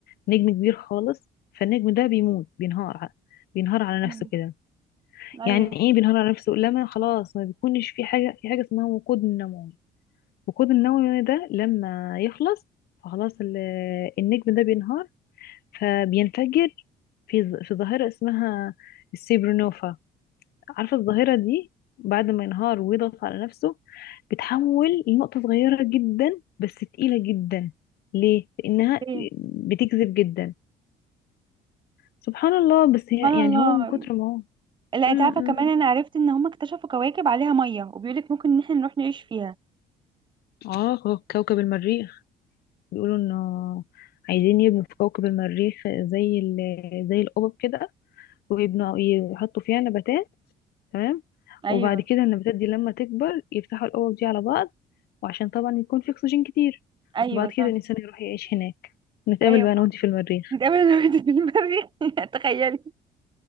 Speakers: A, on the left; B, on the right.
A: نجم كبير خالص فالنجم ده بيموت بينهار ع- بينهار على
B: مم.
A: نفسه كده
B: ايوه
A: يعني ايه بينهار على نفسه لما خلاص ما بيكونش في حاجه في حاجه اسمها وقود النووي الوقود النووي ده لما يخلص فخلاص ال- النجم ده بينهار فبينفجر في ظ- في ظاهرة اسمها السيبرونوفا عارفة الظاهرة دي بعد ما ينهار ويضغط على نفسه بتحول لنقطة صغيرة جدا بس تقيلة جدا ليه؟ لأنها
B: ايه
A: بتجذب جدا سبحان الله بس هي
B: سبحان الله
A: يعني هو من كتر ما هو
B: لا
A: م-
B: انت عارفه كمان
A: م.
B: انا عرفت ان هم اكتشفوا كواكب عليها ميه وبيقولك ممكن ان احنا نروح نعيش فيها
A: اه كو- كوكب المريخ بيقولوا انه عايزين يبنوا في كوكب المريخ زي ال- زي القبب كده ويبنوا يحطوا فيها نباتات تمام
B: ايوه
A: وبعد كده النباتات دي لما تكبر يفتحوا الأوعية دي على بعض وعشان طبعا يكون في أكسجين كتير
B: ايوه
A: وبعد كده
B: صح
A: الإنسان يروح يعيش هناك نتقابل
B: ايوه
A: بقى أنا وأنتي في المريخ
B: نتقابل انا وانت في المريخ <laughs> تخيلي